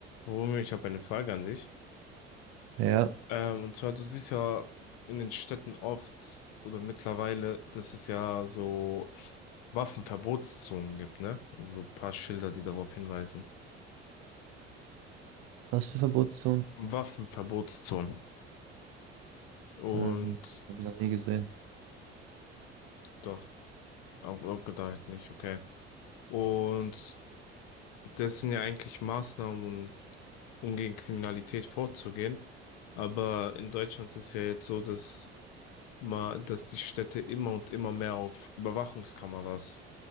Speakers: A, on the left (about 55°); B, on the right (about 45°).
A: Romeo, ich habe eine Frage an dich.
B: Ja,
A: Ähm, und zwar, du siehst ja in den Städten oft oder mittlerweile, dass es ja so Waffenverbotszonen gibt, ne? Also ein paar Schilder, die darauf hinweisen.
B: was für Verbotszonen?
A: Waffenverbotszonen. Und
B: Ähm, habe ich noch nie gesehen.
A: doch, auch auch gedacht nicht, okay. Und das sind ja eigentlich Maßnahmen, um, um gegen Kriminalität vorzugehen. Aber in Deutschland ist es ja jetzt so, dass mal, dass die Städte immer und immer mehr auf Überwachungskameras